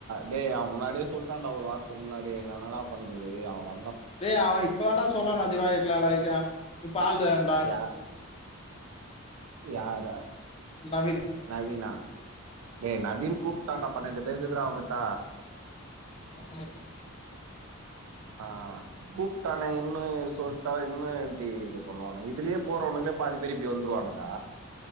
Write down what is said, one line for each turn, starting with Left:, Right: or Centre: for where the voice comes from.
Right: டே அவ முன்னாடியே சொல்ட்டான்டா ஒரு வாரத்துக்கு முன்னாடியே நா என்னடா பண்றது அவே வ
Left: டேய் அவ இப்ப தான்டா சொல்றோ திவாகர்ட்ட எல்லார்கிட்டயு இப்ப ஆள் தே
Right: யா யார
Left: நவீனு
Right: நவீனா ஏ நவீனு கூப்ட்டான்டா பன்னெண்டு <unintelligible> அவன்ட்ட
Left: உ
Right: ஆ கூப்ட்டானுங்கனு சொல்ட்டா என்ன இப்டி இது பண்ணுவானு இதுலயே போறவனுங்ல்லே பாதி பேரு இப்டி வந்துருவானுங்க